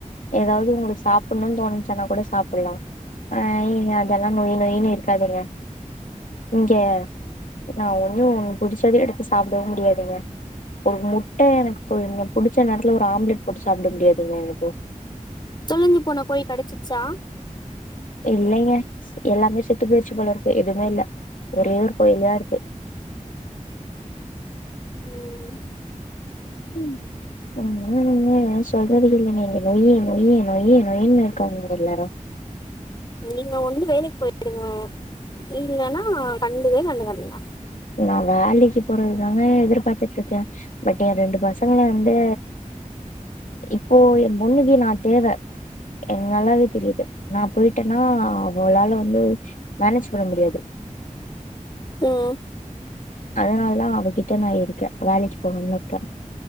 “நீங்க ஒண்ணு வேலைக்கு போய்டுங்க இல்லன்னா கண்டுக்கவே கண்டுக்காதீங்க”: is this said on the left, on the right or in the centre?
Left